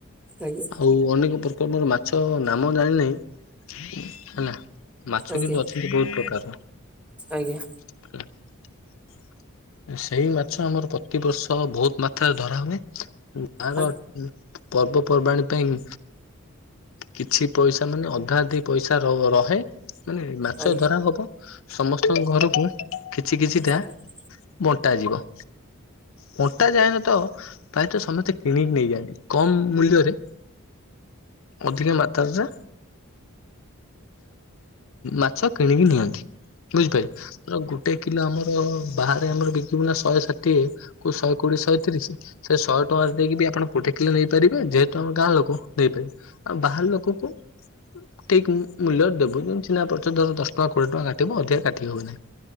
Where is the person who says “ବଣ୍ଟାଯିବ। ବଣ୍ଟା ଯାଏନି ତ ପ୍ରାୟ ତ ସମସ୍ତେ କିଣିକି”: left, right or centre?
Left